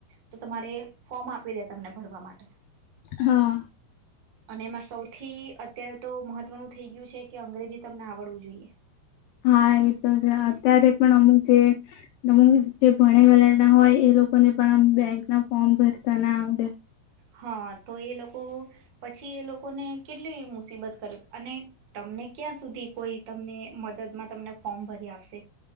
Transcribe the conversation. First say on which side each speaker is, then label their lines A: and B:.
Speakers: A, on the right; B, on the left.
A: તો તમારે ફોર્મ આપી દે તમને ભરવા માટે
B: હા
A: અને એમાં સૌથી અત્યારે તો મહત્વનું થઈ ગયું છે કે અંગ્રેજી તમને આવડવું જોઈએ
B: હા એ તો જ અત્યારે પણ અમુક જે તમ જે ભણે ગલર ના હોય એ લોકોને પણ આમ બેંક ના ફોર્મ ભરતા ના આવડે
A: હા તો એ લોકો પછી એ લોકોને કેટલી મુસીબત કર અને તમને ક્યાં સુધી કોઈ તમને મદદમાં તમને ફોર્મ ભરી આપશે